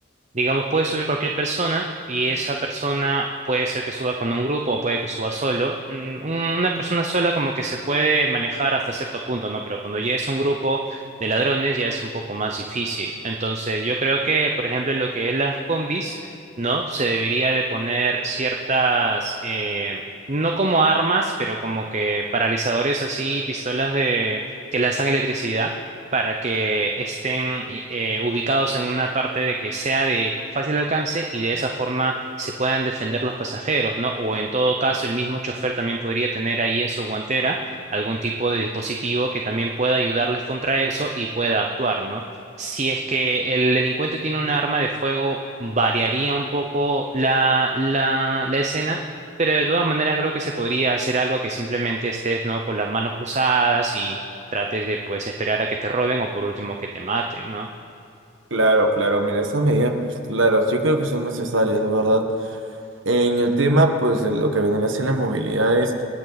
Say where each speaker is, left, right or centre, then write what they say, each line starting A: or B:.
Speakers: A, on the right (about 35°); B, on the right (about 75°).
A: Digamos, puede subir cualquier persona y esa persona puede ser que suba con un grupo o puede que suba solo. Mm, Una persona sola como que se puede manejar hasta cierto punto, ¿no? Pero cuando ya es un grupo de ladrones ya es un poco más difícil. Entonces, yo creo que, por ejemplo, en lo que es las combis, ¿no? Se debería de poner ciertas, eh, no como armas, pero como que paralizadores así, pistolas de que lanzan electricidad para que estén eh, ubicados en una parte de que sea de fácil alcance y de esa forma se puedan defender los pasajeros, ¿no? O en todo caso, el mismo chofer también podría tener ahí en su guantera algún tipo de dispositivo que también pueda ayudarles contra eso y pueda actuar, ¿no? Si es que el delincuente tiene un arma de fuego, variaría un poco la, la, la escena. Pero de todas maneras creo que se podría hacer algo que simplemente estés, ¿no? con las manos cruzadas y trates de pues esperar a que te roben o por último que te maten, ¿no?
B: Claro, claro, mira, esas medidas, pues claro, yo creo que son necesarias, la verdad. En el tema, pues, de lo que vendría siendo las movilidades,